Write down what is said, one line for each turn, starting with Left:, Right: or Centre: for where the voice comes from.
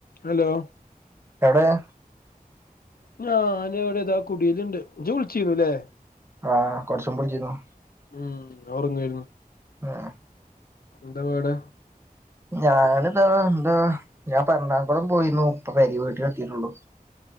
Left: ഹലോ
Right: എവിടെയാ
Left: ഞനിവിടിതാ കുടിയിലുണ്ട് ജ്ജ് വിളിച്ചിരുന്നു ല്ലേ
Right: ആഹ് കുറച്ചുമുമ്പ് വിളിച്ചിരുന്നു
Left: ഉ ഉറങ്ങായിരുന്നു
Right: ഉം
Left: എന്താവടെ
Right: ഞാനിതാ എന്താ ഞാൻ എറണാകുളം പോയിരുന്നു ഇപ്പൊ പരി വീട്ടില് എത്തിയിട്ടുള്ളു